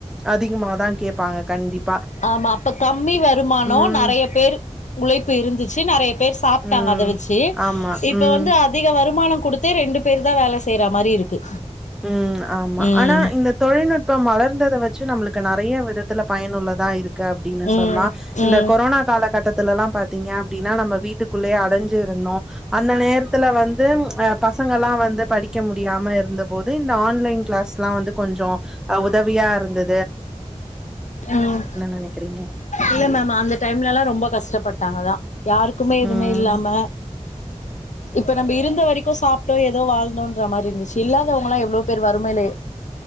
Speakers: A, in the centre; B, on the left (about 75°).
A: அதிகமா தா கேப் பாங்க கண்டிப்
B: ஆமா அப்ப கம்மி வருமானோ
A: ம்
B: நறைய பேர் உழைப்பு இருந்துச்சு நறைய பேர் சாப்டாங்க
A: ம்
B: அத வச்சி
A: ஆமா.
B: இப்ப
A: ம்.
B: வந்து அதிக வரு மான குடுத்தே ரெண்டு பேர் தா வேல செய்ற மாரி இருக்கு
A: ம் ஆமா
B: ம்
A: ஆனா இந்த தொழில்நுட்பம் வளர்ந்தத வச்சு நம்மளுக்கு நறைய விதத்துல பயனுள்ளதா இருக்கு அப்டினு
B: ம்
A: சொல்லா இந்த
B: ம்
A: கொரோனா காலகட்டத்துல எல்லா பாத் திங்க அப்டினா நம்ம வீட்டுக்குள்ளயே அடைஞ்சிருந்தோ அந்த நேரத்துல வந்து அ பசங்கலா வந்து படிக்க முடியாம இருந்தபோது இந்த ஆன்லைன் க்ளாஸ் லா வந்து கொஞ்ச அ உதவியா இருந்து
B: ம்
A: நெனைக்கிறீங்க?
B: இல்ல மேம் அந்த டைம்லலா ரொம்ப கஷ்ட பட்டாங்கதா யாருக்குமே
A: ம்.
B: எதுமே இல்லாம இப்ப நம்ப இருந்த வரைக்கு சாப்டோ ஏதோ வாழ்ந்தோன்ற மாரி இருந்ச்சு இல்லாதவங்கலா எவ்ளோ பேர் வறுமைலே